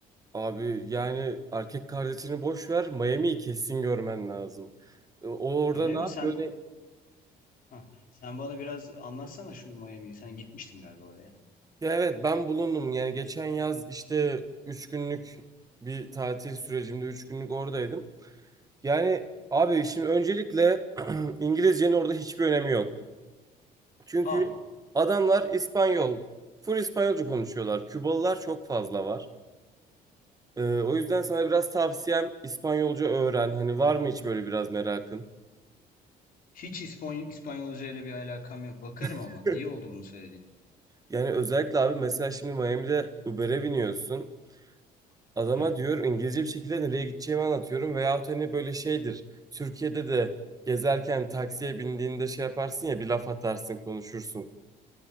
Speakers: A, on the right (about 20°); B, on the left (about 55°).
A: Abi yani erkek kardeşini boş ver Miami'yi kesin görmen lazım. E, O orada
B: Öyle
A: ne
B: mi?
A: yapıyor?
B: Sen
A: ne-
B: ha, sen bana biraz anlatsana şu Miami'yi. Sen gitmiştin galiba oraya.
A: Ya evet ben bulundum yani geçen yaz işte 3 günlük bir tatil sürecimde 3 günlük oradaydım. Yani abi şimdi öncelikle <clears throat> İngilizcenin orada hiçbir önemi yok. Çünkü
B: Aa,
A: adamlar İspanyol, full İspanyolca konuşuyorlar. Kübalılar çok fazla var. Ee, o yüzden sana biraz tavsiyem İspanyolca öğren. Hani var mı hiç böyle biraz merakın?
B: hiç İspany İspanyolca ile bir alakam yok. Bakarım
A: <laughs>
B: ama. İyi oldu bunu söylediğin.
A: Yani özellikle abi mesela şimdi Miami'de Uber'e biniyorsun. Adama
B: Hı,
A: diyor İngilizce bir şekilde nereye gideceğimi anlatıyorum. Veyahut hani böyle şeydir. Türkiye'de de gezerken taksiye bindiğinde şey yaparsın ya bir laf atarsın konuşursun.